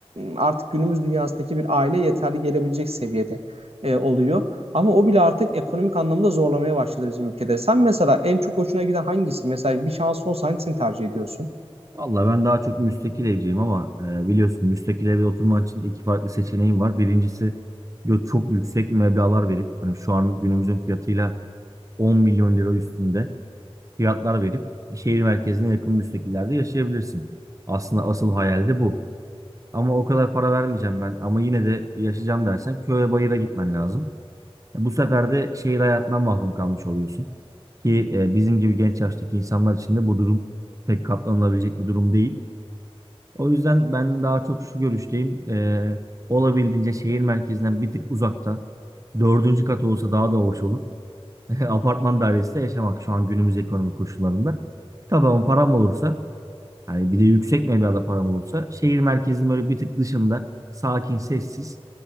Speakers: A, on the right; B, on the right.
A: artık günümüz dünyasındaki bir aile yeterli gelebilecek seviyede e, oluyor. Ama o bile artık ekonomik anlamda zorlamaya başladı bizim ülkede. Sen mesela en çok hoşuna giden hangisi? Mesela bir şansın olsa hangisini tercih ediyorsun?
B: Vallahi ben daha çok müstakil evciyim ama e, biliyorsun müstakil eve oturman için iki farklı seçeneğim var. Birincisi yo- çok yüksek meblağlar verip hani şu an günümüzün fiyatıyla 10 milyon lira üstünde fiyatlar verip e, şehir merkezine yakın müstakillerde yaşayabilirsin. Aslında asıl hayal de bu. Ama o kadar para vermeyeceğim ben ama yine de yaşayacağım dersen köye bayıra gitmen lazım. E, bu sefer de şehir hayatından mahrum kalmış oluyorsun. Ki e, bizim gibi genç yaştaki insanlar için de bu durum pek katlanılabilecek bir durum değil. O yüzden ben daha çok şu görüşteyim. Ee, olabildiğince şehir merkezinden bir tık uzakta. Dördüncü kat olsa daha da hoş olur. <laughs> Apartman dairesinde yaşamak şu an günümüz ekonomik koşullarında. Tabii ama param olursa, hani bir de yüksek meblağda param olursa, şehir merkezinin böyle bir tık dışında, sakin, sessiz,